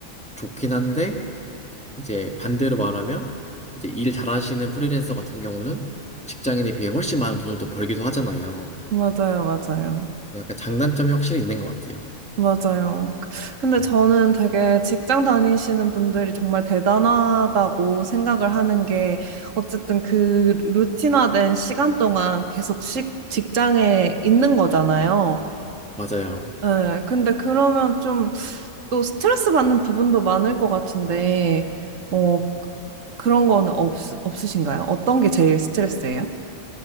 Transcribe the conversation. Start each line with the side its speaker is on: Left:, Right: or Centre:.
Centre: 좋긴 한데, 이제 반대로 말하면, 이제 일 잘하시는 프리랜서 같은 경우는 직장인에 비해 훨씬 많은 돈을 또 벌기도 하잖아요.
Right: 맞아요, 맞아요.
Centre: 약간 장단점이 확실히 있는 것 같아요.
Right: 맞아요. 그, 근데
Centre: 음,
Right: 저는 되게 직장 다니시는 분들이 정말 대단하다고 생각을 하는 게 어쨌든 그 루틴화된 시간 동안 계속 식, 직장에 있는 거잖아요.
Centre: 맞아요.
Right: 예, 근데 그러면 좀 또 스트레스 받는 부분도 많을 것 같은데, 어, 그런 건 없, 없으신가요? 어떤 게 제일 스트레스예요?